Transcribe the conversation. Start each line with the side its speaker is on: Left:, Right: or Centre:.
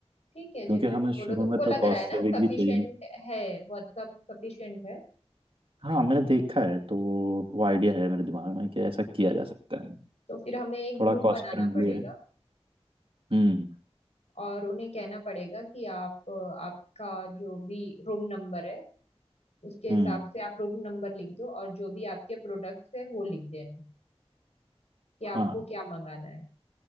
Left: ठीक है जैसे
Right: क्योंकि हमें
Left: तुम बोलो
Right: शुरू
Left: तुमको
Right: में
Left: लग
Right: तो
Left: रहा
Right: कॉस्ट
Left: है
Right: सेविंग
Left: ना सफिशिएंट
Right: भी चाहिए
Left: है व्हाट्सअप सफिशिएंट है
Right: हाँ मैंने देखा है तो वो आइडिया है मेरे दिमाग में कि ऐसा किया जा सकता है
Left: तो फिर हमें एक
Right: थोड़ा
Left: ग्रुप
Right: कॉस्ट
Left: बनाना
Right: फ्रेंडली
Left: पड़ेगा
Right: है हम्म
Left: और उन्हें कहना पड़ेगा कि आप अ, आपका जो भी रूम नंबर है उसके हिसाब
Right: हम्म
Left: से आप रूम नंबर लिख दो और जो भी आपके प्रोडक्ट्स है वो लिख देना कि आपको
Right: हाँ
Left: क्या मंगाना है